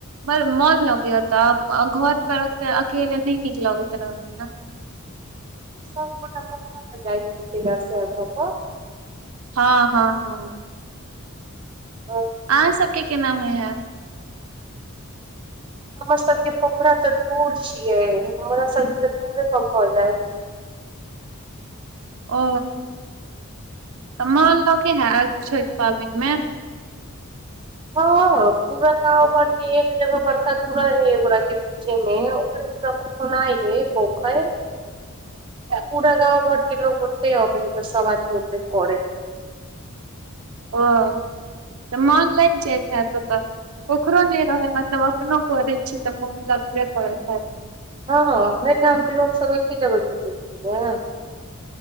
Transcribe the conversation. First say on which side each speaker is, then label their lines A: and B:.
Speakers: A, on the right; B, on the right.
A: मन लगैये ओतय घर पर ओते अकेले नहि नीक लगैत रहल ने
B: सब गोटा पोखरे में जाइ ज से भ क
A: हँ हँ हँ
B: ओ
A: अहाँ सबके केना होइ है <unintelligible>
B: हमर सभके पोखरा तऽ दूर छियै हमरा सभके तऽ दूरे प भरि जाइ
A: ओ त मान लोगै है छठ पाबनिमे।
B: हँ पूरा गाँव पर के एक जगह बड़का दूरा हे एकगोरा के पीछे मे ओकरे पूरा पखो रहे पोखरि
A: ओ
B: पूरा गाँव घर ककरो ओते अबैये की सवा किलो के परे
A: ओ तऽ मोन लागि जाइत ह ओतय ओकरो नहि रहै मतलब अपनो करैत छी तऽ मोन लगबे करैत हत
B: हँ भरि गामके लोकसभ एके जगह जुटेलखिन हे